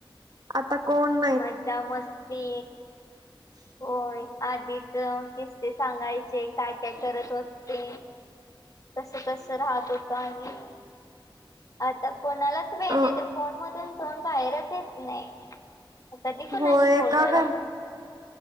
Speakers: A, on the right (about 50°); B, on the left (about 40°).
A: आता कोण
B: मज्जा मस्ती
A: हम्.
B: होय आधीचे किस्से सांगायचे काय काय करत होते. कसं कसं राहत होत आणि आता कोणालाच वेळ
A: <unintelligible>
B: नाही फोन मधून तोन बाहेरच येत नाही. कधी कोणाशी
A: हो एका
B: बोलणार आपण
A: घर